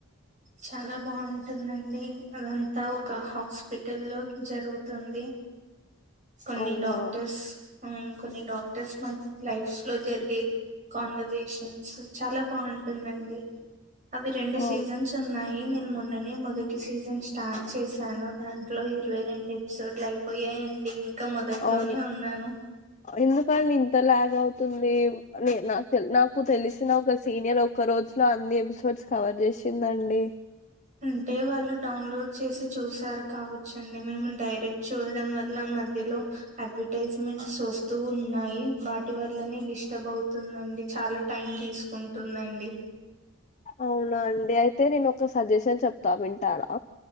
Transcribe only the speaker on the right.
చాలా బాగుంటుందండి అదంతా ఒక హాస్పి హస్పిటల్లో జరుగు తుంది కొన్ని
డాక్టర్స్ కొన్ని డాక్టర్స్ మధ్య లైఫ్స్ లో జరిగే కాన్వర్జేషన్స్ చాలా బాగుంటుందండి. అవి రెండు సీజన్స్
యి నేను మొన్ననే మొదటి సీజన్ స్టార్ట్ చేశాను. దాంట్లో ఇరవై రెండు ఎపిసోడ్లు అయిపోయాయండి. ఇంకా మొదట్లోనే
ఉన్నాను
అంటే వాళ్ళు డౌన్లోడ్ చేసి చూసారు కావచ్చండి. మేము డైరెక్ట్ చూడడం వల్ల మధ్యలో అడ్వర్టజ్మెంట్స్ వస్తూ ఉన్నాయి. వాటి వల్లనే డిస్టర్బ్ అవుతుందండి చాలా టైం తీసుకుంటుందండి.